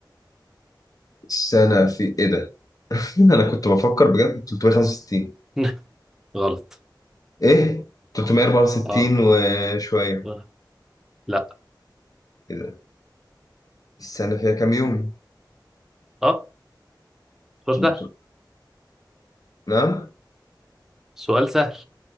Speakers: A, on the left; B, in the centre.
A: السنه في ايه ده <laughs> انا كنت بفكر بجد 365
B: <laughs> غلط
A: ايه 364
B: اه
A: وشويه
B: آه، لا
A: ايه ده السنه فيها كام يوم
B: اه سؤال
A: تلت...
B: سهل
A: نعم
B: سؤال سهل